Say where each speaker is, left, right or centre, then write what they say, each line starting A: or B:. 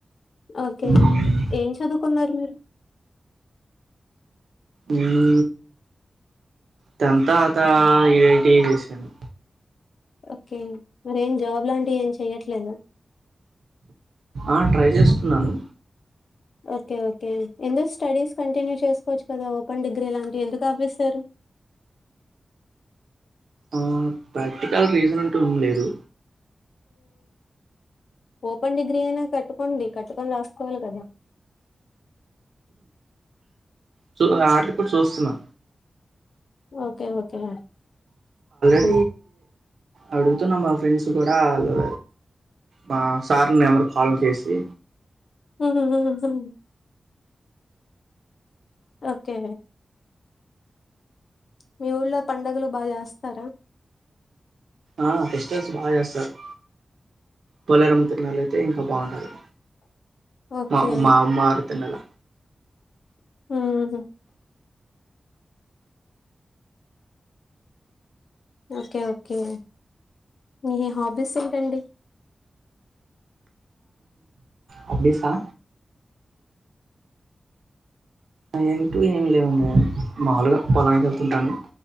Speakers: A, on the left; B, on the right.
A: ఓకే
B: హ్మ్.
A: ఏం చదువుకున్నారు మీరు
B: నేను ట తత ఇరైటీ చేసాను
A: ఓకే మరి ఏం జాబ్ లాంటివి ఏం చెయట్లేదు
B: ఆ ట్రై చేస్తున్నాను
A: ఓకే ఓకే ఎందుకు స్టడీస్ కంటిన్యూ చేసుకోవచ్చు కదా ఓపెన్ డిగ్రీ లాంటివి ఎందుకు ఆపిస్తారు
B: ఆ ప్రాక్టికల్ రీజన్ అంటూ ఏం లేదు
A: ఓపెన్ డిగ్రీ అయినా కట్టుకోండి కట్టుకని రాసుకోవాలి కదా
B: చూ ఆటలు కూడా చూస్తున్నా
A: ఓ ఓకే ఓకే
B: మరి అడుగుతున్న మా ఫ్రెండ్స్ కూడా వాళ్ళు మా సార్ నెంబర్కి కాల్ చేసి
A: హుహుహుహు. ఓకే మీ ఊళ్లో పండుగలు బా చేస్తారా
B: ఆ ఫెస్టివల్స్ బా చేస్తారు పోలేరమ్మ తీర్నాల అయితే ఇంకా బాగుంటది
A: ఓకే
B: మా మా అమ్మవారీ తీర్నాల
A: ఉమ్ ఓకే ఓకే మీ హాబీస్ ఏంటండి
B: హబిసా అయింటివి ఏమి లేవండి మాముూలుగా పొలానికి వెళ్తుంటాను